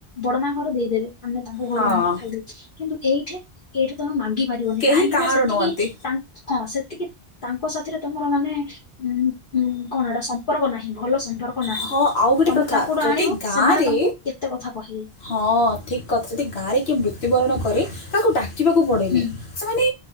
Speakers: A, on the left; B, on the left.
A: ବଡମା ଘର ଦେଇଦେବେ ଆମେ ତାଙ୍କୁ ଘରୁ
B: ହଁ
A: ଆଣିକି ଖାଇଦଉଛ। କିନ୍ତୁ ଏଇଠି ଏଇଠି ତମେ ମାଗି ପାରିବନି
B: କେହି
A: କାହିଁକି
B: କାହାର
A: ନା ସେତିକିଙ୍କ
B: ନୁହନ୍ତି
A: ହଁ ସେତିକି ତାଙ୍କ ସାଥିରେ ତମର ମାନେ ଉ କଣଟା ସମ୍ପର୍କ ନାହିଁ ଭଲ ସମ୍ପର୍କ ନାହିଁ।
B: ହଁ ଆଉ ଗୋଟେ
A: ତମେ
B: କଥା
A: ତାଙ୍କଠୁ
B: ଯଦି
A: ଆଣିବ
B: ଗାଁରେ
A: ସେମାନେ ତମକୁ କେତେ କଥା କହିବେ
B: ହଁ ଠିକ କଥା। ଯଦି ଗାଁରେ କିଏ ମୃତ୍ୟୁବରଣ କରେ ତାକୁ ଡାକିବାକୁ ପଡେନି
A: ହୁଁ
B: ସେମାନେ